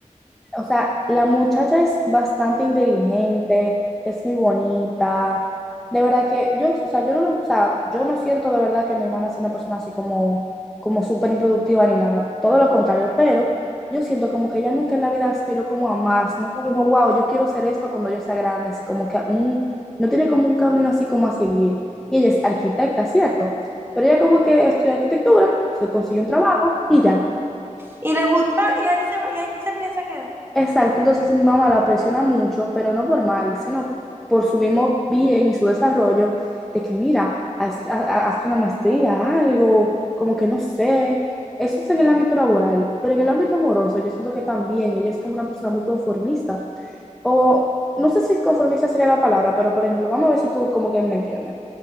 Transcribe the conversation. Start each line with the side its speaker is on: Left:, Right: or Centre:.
Centre: o sea, la muchacha es bastante inteligente, es muy bonita. De verdad que yo, o sea, yo no, lo- o sea, yo no siento de verdad que mi hermana sea una persona así como, como súper improductiva ni nada. Todo lo contrario, pero yo siento como que ella nunca en la vida aspiró como a más. Nunca dijo, wow, yo quiero ser esto cuando yo sea grande. Así como que aún no tiene como un camino así como a seguir. Y ella es arquitecta, ¿cierto? Pero ella como que estudió arquitectura, se consiguió un trabajo y ya.
Right: Y le gusta, y ahí se va- y ahí se piensa que,
Centre: Exacto, entonces mi mamá la presiona mucho, pero no por mal, sino por su mismo bien y su desarrollo, de que mira, haz, ha- ha- haz una maestría, algo, como que no sé. Eso es en el ámbito laboral, pero en el ámbito amoroso yo siento que también ella es como una persona muy conformista, o no sé si conformista sería la palabra, pero por ejemplo, vamos a ver si tú como que me entiendes.